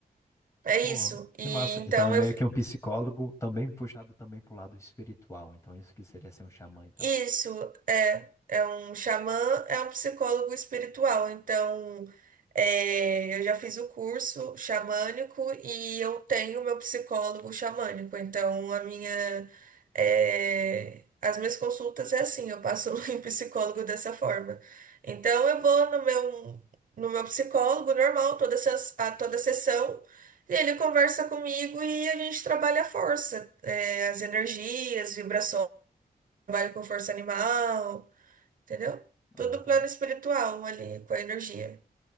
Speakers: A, on the right; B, on the left.
A: É isso.
B: Pô,
A: E
B: que massa.
A: então
B: Então é meio
A: eu
B: que um psicólogo também puxado também pro lado espiritual. Então isso que seria ser um xamã, então.
A: Isso é, é um xamã, é um psicólogo espiritual. Então, é, eu já fiz o curso xamânico e eu tenho meu psicólogo xamânico. Então, a minha, é, as minhas consultas é assim, eu passo <laughs> em psicólogo dessa forma. Então, eu vou no meu, no meu psicólogo normal, toda, ses- a toda sessão. e Ele conversa comigo e a gente trabalha a força, é, as energias, vibrações trabalho com força animal, entendeu?
B: Aham.
A: Tudo plano espiritual ali, com a energia.